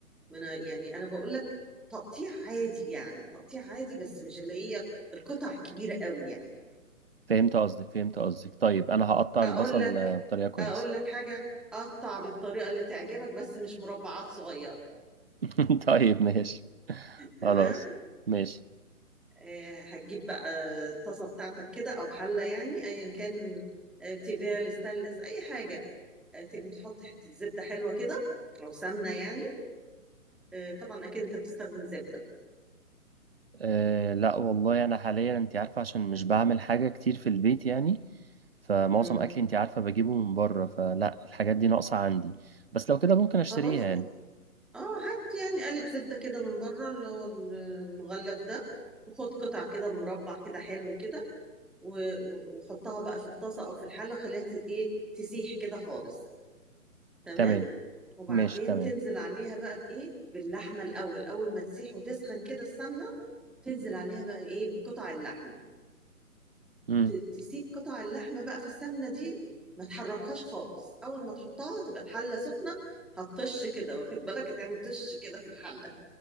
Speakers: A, in the centre; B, on the right.
A: ما انا يعني انا بقول لك تقطيع عادي يعني تقطيع عادي بس مش اللي هي القطع الكبيره قوي يعني
B: فهمت قصدك فهمت قصدك طيب انا هقطع
A: اقول
B: البصل
A: لك
B: آه، بطريقة كويسة
A: اقول لك حاجه قطع بالطريقه اللي تعجبك بس مش مربعات صغيره
B: <laughs> طيب ماشي
A: تمام
B: خلاص ماشي
A: آه، هتجيب بقى الطاسة بتاعتك كده أو حلة يعني أيا كان آه، تيفال ستانلس أي حاجة آه، تيجي تحط حتة زبدة حلوة كده أو سمنة يعني آه، طبعا أكيد أنت بتستخدم زبدة
B: أه لا والله انا حاليا انت عارفة عشان مش بعمل حاجة كتير في البيت يعني فمعظم
A: مم.
B: اكلي انت عارفة بجيبه من بره فلا الحاجات دي ناقصة عندي بس لو كده ممكن اشتريها
A: خلاص
B: يعني
A: اه هات يعني قالب زبدة كده من بره اللي هو المغلف ده وخد قطع كده مربع كده حلو كده و- و- وحطها بقى في الطاسة أو في الحلة وخليها ت- إيه تسيح كده خالص تمام
B: تمام
A: وبعدين
B: ماشي تمام
A: تنزل عليها بقى بايه باللحمه الاول اول ما تسيح وتسخن كده السمنه تنزل عليها بقى ايه بقطع اللحمه
B: مم.
A: ت- تسيب قطع اللحمه بقى في السمنه دي ما تحركهاش خالص اول ما تحطها تبقى الحله سخنه هتطش كده واخد بالك هتعمل طش كده في الحله